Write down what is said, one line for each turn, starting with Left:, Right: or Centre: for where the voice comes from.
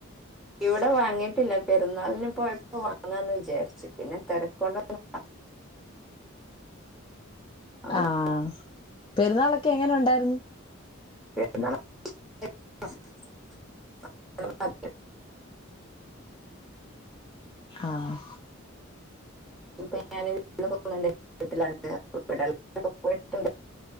Centre: ഇവിടെ വാങ്ങിട്ടില്ല പെരുന്നാളിന് പോയപ്പോ വാങ്ങാന്ന് വിചാരിച്ചു പിന്നെ തെരക്കൊണ്ട- അപ്പൊ ഇനി
Left: ആഹ് പെരുന്നാളൊക്കെ എങ്ങനെണ്ടായിരുന്നു.
Centre: <unintelligible>
Left: ആഹ്
Centre: ഇപ്പൊ ഞാന് പോണ്ട് <unintelligible> വീട്ടിലണ്ട് ഇടയിട്ട